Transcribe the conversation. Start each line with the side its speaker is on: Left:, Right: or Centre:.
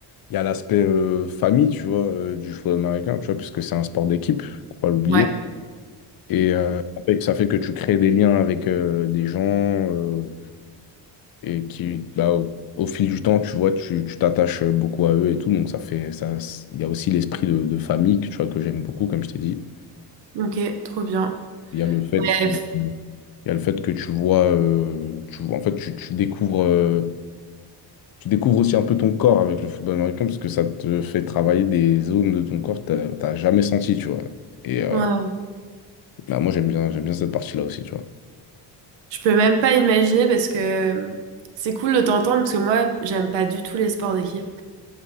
Left: il y a l'aspect euh, famille, tu vois, euh, du football américain, tu vois, puisque c'est un sport d'équipe, faut pas l'oublier.
Right: Ouais,
Left: Et euh, ça fait ça fait que tu crées des liens avec euh, des gens euh, et qui, bah, au, au fil du temps, tu vois, tu tu t'attaches beaucoup à eux et tout. Donc, ça fait ça, il y a aussi l'esprit de, de famille que, tu vois, que j'aime beaucoup, comme je t'ai dit.
Right: ok, trop bien.
Left: Il y a le fait
Right: Bref,
Left: que, il y a le fait que tu vois, euh, tu, vois- en fait, tu, tu découvres, euh, tu découvres aussi un peu ton corps avec le football américain parce que ça te fait travailler des zones de ton corps que t'as t'as jamais senti, tu vois. Et euh,
Right: ouais.
Left: bah, moi, j'aime bien, j'aime bien cette partie-là aussi, tu vois.
Right: Je peux même pas imaginer parce que euh, c'est cool de t'entendre parce que moi j'aime pas du tout les sports d'équipe.